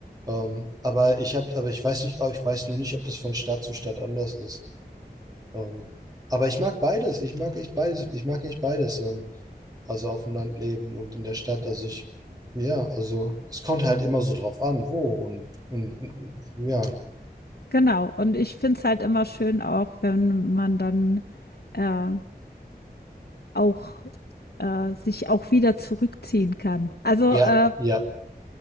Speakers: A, on the right; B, on the left.
A: Ähm, aber ich habe, aber ich weiß nicht, oh, ich weiß nur nicht, ob das von Stadt zu Stadt anders ist. Ähm, aber ich mag beides. Ich mag echt beides. Ich mag echt beides. Ähm, also auf dem Land leben und in der Stadt. Also ich, ja, also es kommt halt immer so drauf an, wo und, und und- ja,
B: Genau. Und ich finde es halt immer schön auch, wenn man dann, äh, auch äh, sich auch wieder zurückziehen kann. Also,
A: ja,
B: äh,
A: ja.